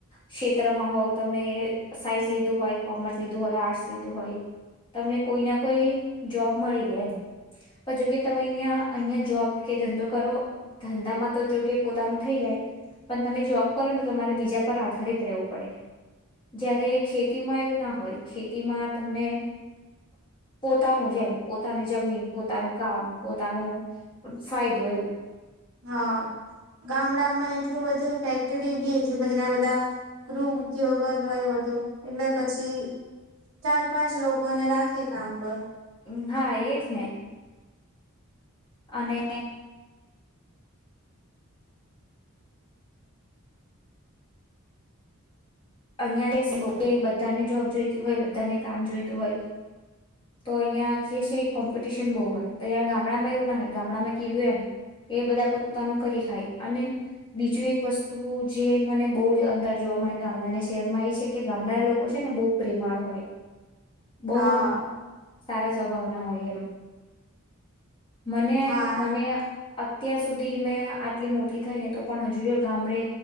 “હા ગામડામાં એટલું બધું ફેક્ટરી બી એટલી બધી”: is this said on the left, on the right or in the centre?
Right